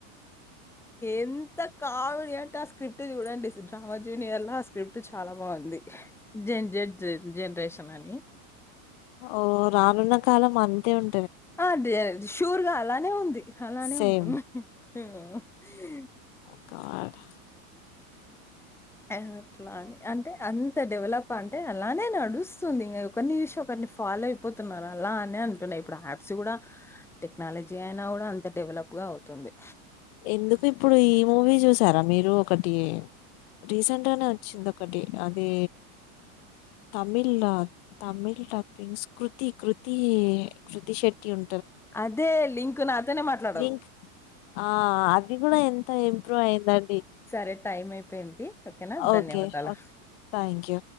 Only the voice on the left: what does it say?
ఓ రానున్న కాలం అంతే ఉం
సేమ్
క
ఎందుకు ఇప్పుడు ఈ మూవీ చూసారా మీరు ఒకటి రీసెంట్ గానే వచ్చింది ఒకటి అది తమిళ తమిళ్ టప్పింగ్స్ కృతి కృతి కృతి శెట్టి ఉం
లింక్ ఆ అది కూడా ఎంత ఇంప్రూవ్ అయిందండి
ఓకే థ్యాంక్ యూ